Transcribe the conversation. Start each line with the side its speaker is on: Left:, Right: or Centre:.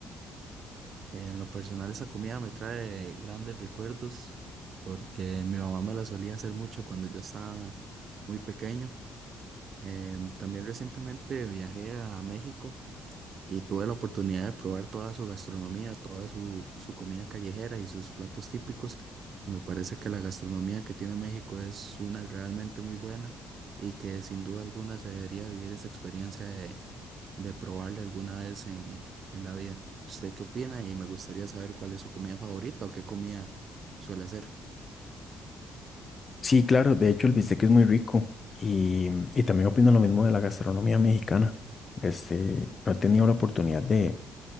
Right: en lo personal, esa comida me trae grandes recuerdos porque mi mamá me la solía hacer mucho cuando yo estaba muy pequeño. Em, también recientemente viajé a México y tuve la oportunidad de probar toda su gastronomía, toda su, su comida callejera y sus platos típicos. Y me parece que la gastronomía que tiene México es una realmente muy buena y que sin duda alguna se debería vivir esa experiencia de, de probarla alguna vez en, en la vida. ¿Usted qué opina? Y me gustaría saber cuál es su comida favorita o qué comida suele hacer.
Left: Sí, claro, de hecho el bistec es muy rico y, y también opino lo mismo de la gastronomía mexicana. Este, no he tenido la oportunidad de,